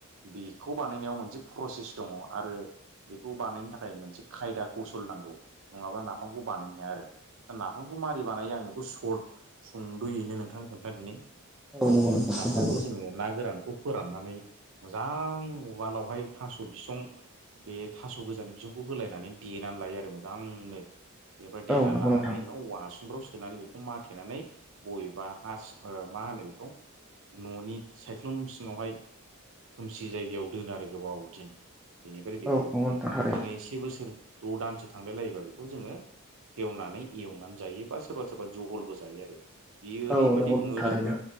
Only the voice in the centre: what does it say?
औ नंगौ नोंथां
औ नंगौ
नोंथां
औ नंगौ
नोंथां थारैनो
औ नंगौ नोंथां
थारैनो